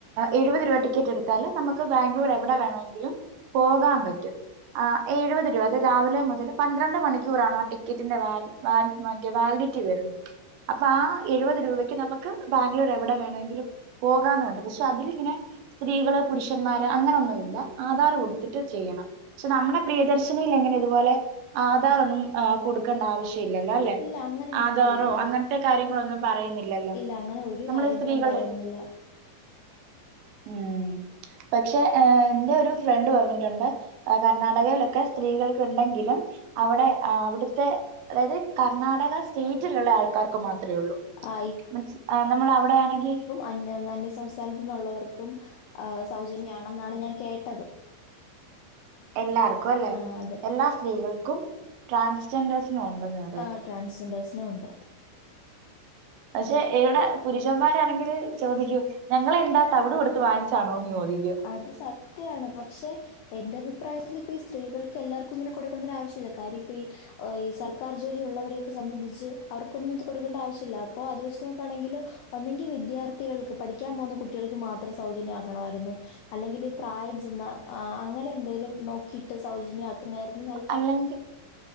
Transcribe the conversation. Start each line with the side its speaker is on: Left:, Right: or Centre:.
Right: എഴുപത് രൂപ ടിക്കറ്റ് എടുത്താല് നമുക്ക് ബാംഗ്ലൂർ എവിടെ വേണെങ്കിലും പോകാൻ പറ്റും ആഹ് എഴുപത് രൂപ അത് രാവിലെ മുതൽ പന്ത്രണ്ട് മണിക്കൂറാണ് ആ ടിക്കറ്റിന്റെ വാലിഡിറ്റി വാൽ മറ്റേ വാലിഡിറ്റി വരുന്നത് അപ്പൊ ആഹ് എഴുപത് രൂപയ്ക്ക് നമ്മ ക്ക് ബാംഗ്ലൂർ എവിടെ വേണെങ്കിലും പോകാന്നുണ്ട് പക്ഷെ അതിലിങ്ങനെ സ്ത്രീകള് പുരുഷന്മാര് അങ്ങനൊന്നുല്ല ആധാർ കൊടുത്തിട്ട് ചെയ്യണം പക്ഷ നമ്മടെ പ്രിയദർശനിൽ ങ്ങനെ ഇതുപോലെ ആധാർ ഒന്നും കൊടുക്കേണ്ട ആവശ്യ ല്ലല്ലോ അല്ലെ
Left: ഇല്ല അങ്ങനെയൊന്നുമില്ല
Right: ആധാറോ
Left: ഇല്ല
Right: അങ്ങൻത്തെ കാര്യങ്ങളൊന്നും പറയുന്നില്ലല്ലോ
Left: ഇല്ല അങ്ങനെ ഒരു
Right: നമ്മള്
Left: കാര്യങ്ങളും
Right: സ്ത്രീകളുടെ
Left: പറയുന്നില്ല
Right: ഉം പക്ഷെ എ എന്റെ ഒരു ഫ്രണ്ട് പറഞ്ഞിട്ടുണ്ട് കർണാടകയിലൊക്കെ സ്ത്രീകൾക്ക് ണ്ടെങ്കിലും അവിടെ അവിടുത്തെ അതായത് കർണാടക സ്റ്റേറ്റിലുള്ള ആൾക്കാർക്ക് മാത്രേ ഉള്ളൂ
Left: ആ
Right: മിൻസ് നമ്മൾ അവിടെയാണെങ്കി
Left: അന്നാ അന്യസംസ്ഥാനത്ത്ന്നുള്ളവർക്കും അ സൗജന്യമാണെന്നാണ് ഞാൻ കേട്ടത്
Right: എല്ലാർക്കു അല്ലേ
Left: ആ അതെ
Right: എല്ലാ സ്ത്രീകൾക്കും ട്രാൻസ്ജെൻഡേഴ്സിനു ഉണ്ടെന്ന
Left: ആ ട്രാസ്ജെൻഡേഴ്സിനു ഉണ്ട്
Right: പക്ഷെ ഇവിടെ പുരുഷന്മാരാണെങ്കില് ചോദിക്കും ഞങ്ങളെ എന്താ തവിട് കൊടുത്ത് വാങ്ങിച്ചാണോന്ന് ചോദി
Left: അത് സത്യാണ് പക്ഷെ എന്റെ അഭിപ്രായത്തിലിപ്പ ഈ സ്ത്രീകൾക്കെല്ലാർക്കും ഇങ്ങനെ കൊണ്ടരവശ്യല്ല കാര്യപ്പി ഈ സർക്കാർ ജോലി ഉുള്ളവരൊക്ക സംബന്ധിച്ച് അവർക്കൊന്നും ഇത് കൊടുക്കേണ്ട ആവശ്യമില്ല അപ്പോ അത് വെച്ച് നോക്കാണെങ്കിൽ ഒന്നെങ്കി വിദ്യാർത്ഥികൾക്ക് പഠിക്കാൻ പോകുന്ന കുട്ടികൾക്ക് മാത്രം സൗജന്യാക്കണായിരുന്നു അല്ലെങ്കില് പ്രായം ചെന്ന ആ അങ്ങനെ എന്തെങ്കിലും നോക്കിയിട്ട് സൗജന്യ ക്കന്നെ ആര്ന്നു നല്ല
Right: അല്ലെങ്കി